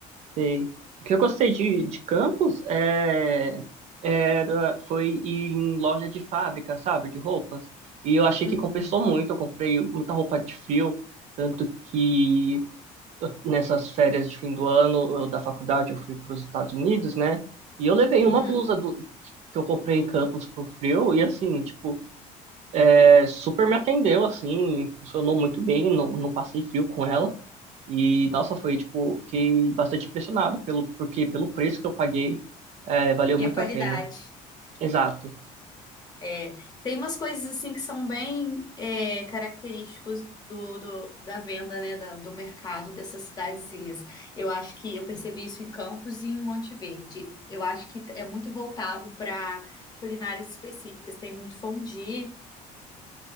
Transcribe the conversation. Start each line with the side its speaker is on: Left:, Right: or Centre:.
Right: E o que eu gostei de, de Campos é, era foi ir em loja de fábrica, sabe, de roupas. E eu achei
Left: Uhum,
Right: que compensou muito. Eu comprei muita roupa de frio, tanto que eu- nessas férias de fim do ano eu- da faculdade, eu fui para os Estados Unidos, né? E eu levei
Left: uhum.
Right: uma blusa do- que eu comprei em Campos pro frio e assim, tipo, é, super me atendeu, assim, funcionou muito bem, não, não passei frio com ela. E nossa, foi tipo, fiquei bastante impressionado pelo porque pelo preço que eu paguei, é, valeu muito
Left: E a qualidade?
Right: a pena. Exato.
Left: É, tem umas coisas assim que são bem é, característicos do, do- da venda, né, da- do mercado dessas cidadezinhas. Eu acho que eu percebi isso em Campos e em Monte Verde. Eu acho que é muito voltado para culinárias específicas. Tem muito fondue,